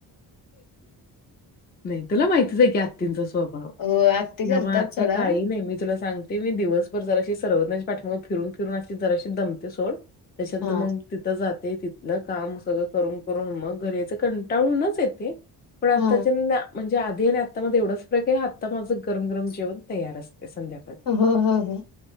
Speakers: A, on the left; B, on the left.
A: नाही, तुला माहितीच आहे की. तिचा स्वभाव
B: हो आत्ती
A: न्हवं
B: करतात
A: आता
B: सोडा.
A: काही नाही मी तुला सांगते. ते मी दिवसभर जराशी सर्वजना पाठीमाग फिरून-फिरून अशी जराशी दमते. सोड, त्याच्यानंतर
B: हा,
A: मग तिथं जाते, तिथनं काम सगळं करून- करून मग घरीच यायचं. कंटाळूनच येते. पण आताच्या
B: हा,
A: म्हणजे, आधी आणि आतामध्ये एवढंच ते आत्ता माझं गरम-गरम जेवण तयार असते. संध्या
B: <unintelligible>